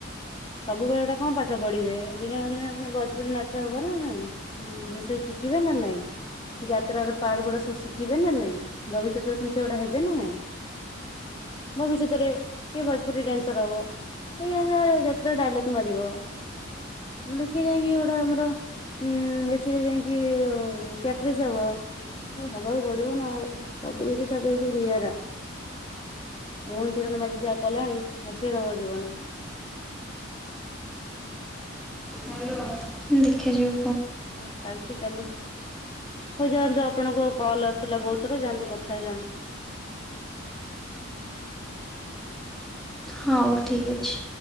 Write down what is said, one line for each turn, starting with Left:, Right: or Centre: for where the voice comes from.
Left: ସବୁବେଳେ ଗଡା ହଁ ପାଠ ପଢିବେ ଦିନ ଦିନ ପେ ଭୋଜପୁରୀ ନାଚ ହବ ନା ନାଇଁ? ସେ ଶିଖିବେ ନା ନାଇଁ? ଯାତ୍ରାର ପାର୍ଟ ଗୁଡ଼ା ସ ଶିଖିବେ ନା ନାାଇଁ ଭବିଷ୍ୟତରେ ପୁଣି ସେଗୁଡ଼ା ହେବେ ନା ନାଇଁ? ମୋ ଭିଷ୍ୟତରେ କିଏ ଭୋଜପୁରୀ ଡ୍ୟାନ୍ସର ହବ ସେ ଜା ଡାଇଲଗ ମାରିବ। ଲେଖି ଯାଇକି ଗୋଟେ ଆମର ହୁଁ ଏଥିରେ ଯାଇକି କ୍ୟାଟ୍ରସ୍ ହବ। ହ ହବାକୁ ପଡିବ ନା ଆଉ ସବୁ କିଛି ଥା ଏ ସବୁ ନିଆରା। ମୋହନଚରଣ ବାଜି ଯାହା କଲାଣି ହସେଇଦବ ଜୀବନରୁ।
Centre: ହ ଦେଖାଯାଉ
Left: ଚାଲଚି ଚାଲୁ। ହଉ ଯାଆନ୍ତୁ ଆପଣଙ୍କ କଲ ଆସୁଥିଲା ବହୁତ ଥର ଯାଆନ୍ତୁ କଥା ହେଇଯାଆନ୍ତୁ।
Centre: ହଉ ଠିକ୍ ଅଛି।